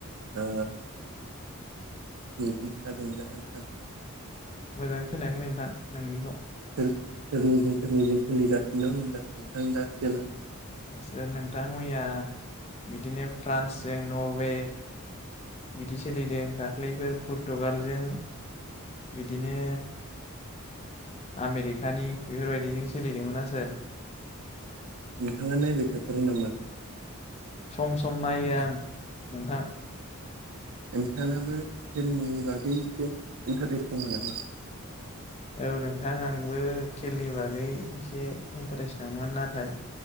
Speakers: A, on the right; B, on the left.
A: ओ दन्थ दोनजा <unintelligible>
B: मोजां खोनायाखै नोंथां नोंनिखौ
A: सोरनिजों सोरनिजोंं सोलिगासिनो होनदों नोंथां दा खेला
B: आस नोंथां मैया बिदिनो फ्रान्सजों नरवे बिदि सोलिदों दाख्लैफोर पुरतुगालजों बिदिनो आमेरिकानि बेफोरबायदिजों सोलिदोंमोन आसोल
A: नोंथाङा नायबाय थाथारो नामा
B: सम सम नायो आं नोंथां
A: नोंथाङाबो खेलनि बागै एसे इन्टारेस्ट दंमोन नामा
B: औ नोंथां आंबो खेलनि बागै एसे इन्टारेस्ट दंमोन नाथाय